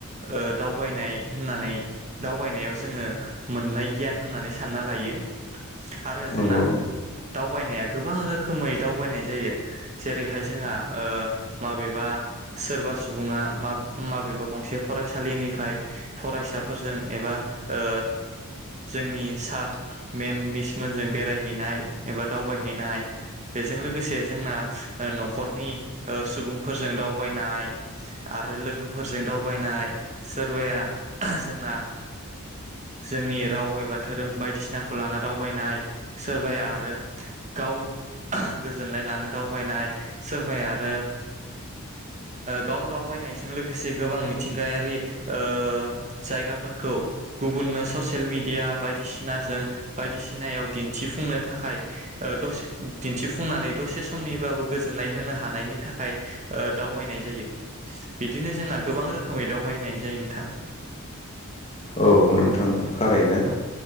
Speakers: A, on the right (about 30°); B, on the left (about 30°).
A: ओ दावबायनाय होननानै दावबायनायाव जोङो मोननाय गियान होननानै सानना लायो। आरो
B: नंगौ
A: जोंना
B: नोंथां।
A: दावबायनाया गोबां रोखो रोखोमै दावबायनाय जायो जेरैहाय जोंहा माबेबा सोरबा सुबुङा माबेबा गंसे फरायसालिनिफ्राय फरायसाफोरजों एबा ओ जोंनि सार मेम मिसमोनजों बेरायहैनाय एबा दावबायहैनाय बेजों लोगोसे जोंना न'खरनि सुबुंफोरजों दावबायनाय आरो लोगोफोरजों दावबायनाय सोरबाया जोंना जोंनि राव एबा धोरोम बायदिसिनाखौ लाना दावबायनाय सोरबाया आरो गाव गोजोननाय लानो दावबायनाय सोरबाया आरो गाव दावबायनायजों लोगोसे गोबां मिथिंगायारि ओ जायगाफोरखौ गुबुननो ससियेल मेडिया बायदिसिनाजों बायदिसिनायाव दिन्थिफुंनो थाखाय दसे दिन्थिफुंनानै दसे समनिबाबो गोजोननाय होनो हानायनि थाखाय दावबायनाय जायो बिदिनो जोंना गोबां रोखोमै दावबायनाय जायो नोंथां।
B: औ नोंथां। थारैनो
A: औ